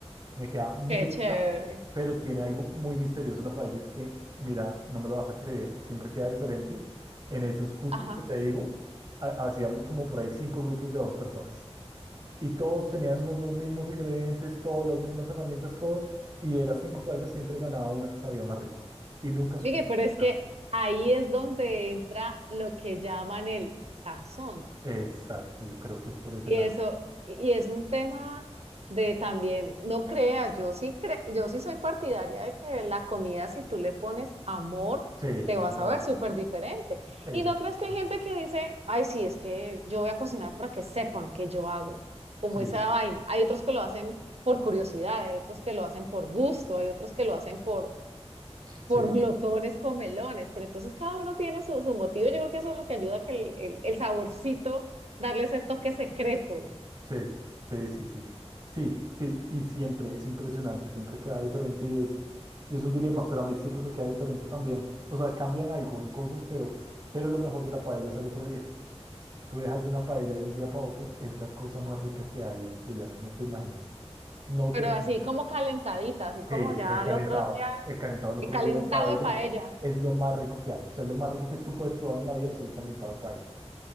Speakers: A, on the right (about 40°); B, on the right (about 65°).
A: Me queda muy
B: Qué
A: rica,
B: chévere.
A: pero tiene algo muy misterioso la paella, es que, mira, no me lo vas a creer, siempre queda diferente. En esos cursos
B: Ajá.
A: que te digo, ha- hacíamos como por ahí cinco grupos de a dos personas. Y todos teníamos los mismos ingredientes, todas las mismas herramientas, todos. Y de las cinco paellas siempre ganaba una que sabía más rico. Y nunca supe.
B: Miguel,
A: qué
B: pero es
A: era.
B: que ahí es donde entra lo que llaman el sazón.
A: Exacto, yo creo que es por ese
B: Y
A: lado.
B: eso, y es un tema de también, no creas, yo sí cre- yo sí soy partidaria de que la comida, si tú le pones amor,
A: Sí, eso
B: te vas
A: es verdad.
B: a ver súper diferente.
A: Eso
B: Y no
A: es
B: creas
A: verdad.
B: que hay gente que dice, ay, sí, es que yo voy a cocinar para que sepan que yo hago, como
A: Sí,
B: esa vaina. Hay otros que lo hacen por curiosidad, hay otros que lo hacen por gusto, hay otros que lo hacen por
A: sí,
B: por glotones comelones, pero entonces cada uno tiene su, su motivo. Yo creo que eso es lo que ayuda a que el, el- el saborcito, darle ese toque secreto,
A: sí, sí, sí, sí, sí. Sí, sí, y siempre es impresionante, siempre queda diferente y es, y es un dilema, pero a mí siempre me queda diferente también. O sea, cambian algo en cosas, pero, pero lo mejor de la paella es el otro día. Tú dejas de una paella de un día para otro, es la cosa más rica que hay, Juliana, no te imaginas. No
B: pero
A: te... imaginas.
B: así como calentadita, así como
A: Sí,
B: ya
A: el calentado,
B: el otro día,
A: el calentado el otro
B: el calentado
A: día de paella
B: de paella.
A: es lo más rico que hay. O sea, es lo más rico que tú puedes probar en la vida es el calentado de paella.